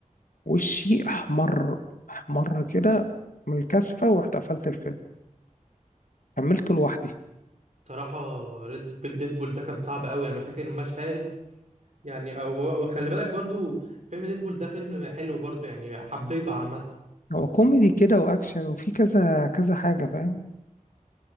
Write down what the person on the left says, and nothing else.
وشي أحمر أحمر كده من الكثفة ورحت قفلت الفيلم كملته لوحدي
هو كوميدي كده واكشن وفي كذا كذا حاجه فاهم